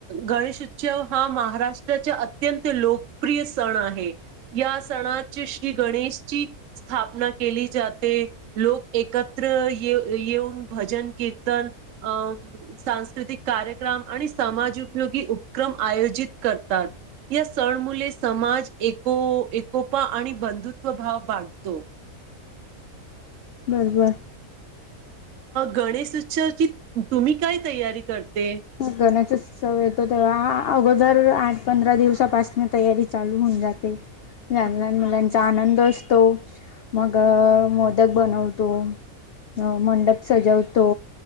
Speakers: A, on the right; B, on the left.
A: गणेश उत्सव हा महाराष्ट्राचा अत्यंत लोकप्रिय सण आहे या सणाची श्री गणेशची स्थापना केली जाते लोक एकत्र ये येऊन भजन कीर्तन अं सांस्कृतिक कार्यक्रम आणि समाज उपयोगी उपक्रम आयोजित करतात या सण मुले समाज एको एकोपा आणि बंधुत्वभव वाढतो
B: बस बर
A: गणेश उत्सवाची तुम्ही काय तयारी करते
B: गणेशोत्सव येतो तेव्हा अगोदर आठ पंधरा दिवसापासन तयारी चालू होऊन जाते
A: <unintelligible>
B: लान मुलांचा आनंद असतो मग मोदक बनवतो अ मंडप सजवतो